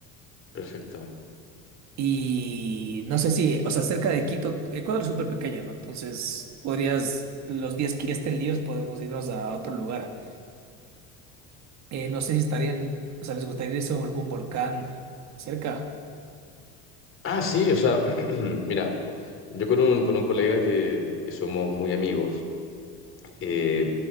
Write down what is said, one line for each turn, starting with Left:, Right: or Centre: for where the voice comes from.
Left: perfecto.
Right: Y no sé si, o sea, cerca de Quito, Ecuador es súper pequeño, ¿no? Entonces, podrías, los días que estén libres podemos irnos a otro lugar. Eh, no sé si estarían, o sea, les gustaría irse a algún volcán cerca.
Left: Ah, sí, o sea, <clears throat> mira, yo con un, con un colega que, que somos muy amigos, eh,